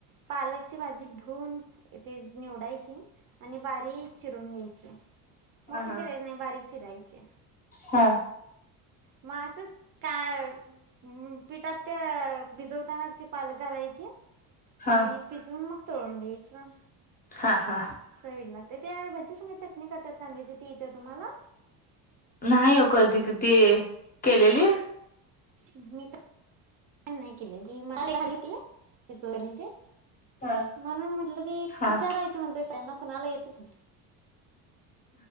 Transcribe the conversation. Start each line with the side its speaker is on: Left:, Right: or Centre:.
Right: पालकची भाजी धुवून इथे निवडायची. आणि बारीक चिरून घ्यायची, मोठे
Left: हा हा
Right: चिरायच नाही, बारीक चिरायचे,
Left: हा,
Right: माझं असंच का पिठात ते भिजवतानाच ते पालक घालायचे,
Left: हा
Right: आणि पिजे मग तोण घ्यायचं..
Left: हा हा...
Right: चवीला लागते ते त्याज स <unintelligible> चटणी करतात कांद्याची.. ती येते तुम्हाला...
Left: नाही कधी किती केलेली...
Right: मी तर नाही केले त मली इूनची..
Left: हा
Right: म्हणून म्हटलं की
Left: हा
Right: विचारायच म्हणते सगळयांना.... कोणाला येतच ना